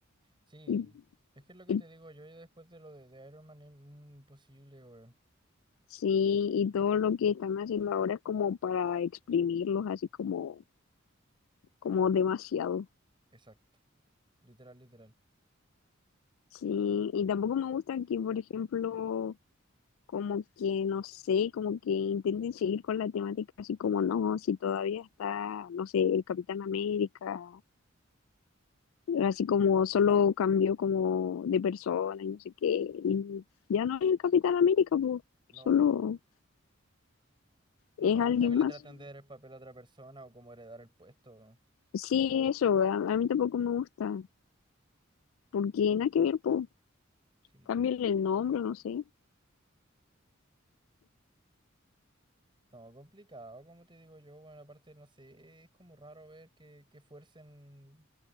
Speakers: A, on the right; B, on the left.
A: Sí.
B: Y-
A: Es que es lo que
B: y-
A: te digo yo y después de lo de, de Iron Man es mm, imposible, weón.
B: sí, y todo lo que están haciendo ahora es como para exprimirlos así como, como demasiado.
A: Exacto. Literal, literal.
B: Sí, y tampoco me gusta que, por ejemplo, como que, no sé, como que intenten seguir con la temática, así como no, si todavía está, no sé, el Capitán América, así como solo cambió como de persona y no sé qué, y ya no es el Capitán América, pues,
A: No,
B: solo
A: pues. No
B: es
A: me gusta
B: alguien
A: que le
B: más.
A: traten de dar el papel a otra persona o como heredar el puesto. weón.
B: Sí, eso, a, a mí tampoco me gusta, porque nada que ver, pues,
A: Sí.
B: cámbiale el nombre, no sé.
A: No, complicado, como te digo yo, bueno, aparte, no sé, es como raro ver que, que fuercen,